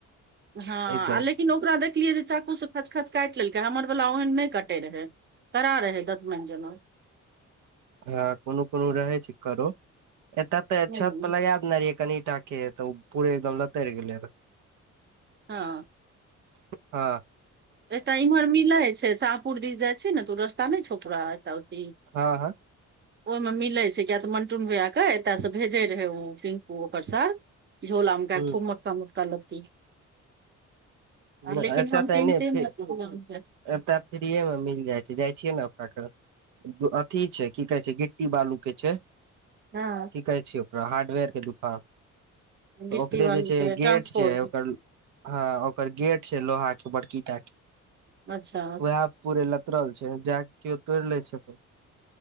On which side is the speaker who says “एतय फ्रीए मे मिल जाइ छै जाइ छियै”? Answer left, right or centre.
Right